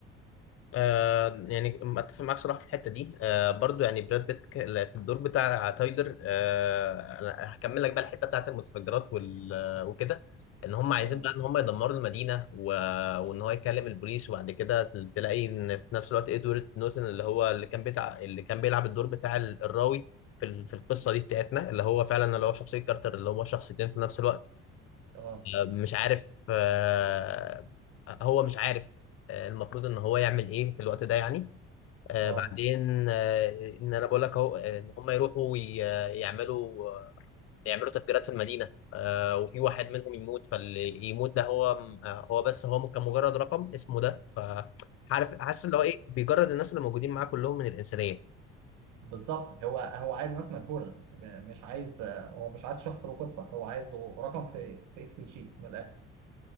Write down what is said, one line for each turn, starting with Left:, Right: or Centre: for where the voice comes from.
Left: آه يعني اتفق معاك صراحه في الحته دي آه برضو يعني براد بيت ك- لا، في الدور بتاع تايلر آه أنا هكمل لك بقى الحته بتاعت المتفجرات وال آه، وكده ان هم عايزين
Right: اه
Left: بقى ان هم يدمروا المدينه و... وان هو يكلم البوليس وبعد كده تلاقي ان في نفس الوقت ادوارد نورتن اللي هو اللي كان بتاع اللي كان بيلعب الدور بتاع ال- الراوي في ال- في القصه دي بتاعتنا اللي هو فعلا اللي هو شخصيه كارتر اللي هو شخصيتين في نفس الوقت
Right: اه
Left: مش عارف آه، هو مش عارف آه، المفروض ان هو يعمل ايه في الوقت ده يعني آه،
Right: اه
Left: بعدين آه، ان انا بقول لك اهو آه، ان هم يروحوا وي- يعملوا يعملوا تفجيرات في المدينه آه، وفي واحد منهم يموت فاللي يموت ده هو آه، هو بس هو كان مجرد رقم اسمه ده ف عارف حاسس اللي هو ايه بيجرد الناس اللي موجودين معاه كلهم من الانسانيه
Right: بالظبط هو هو عايز ناس مجهوله م- مش عايز هو مش عايز شخص له قصه هو عايزه رقم في في اكسل شيت من الاخر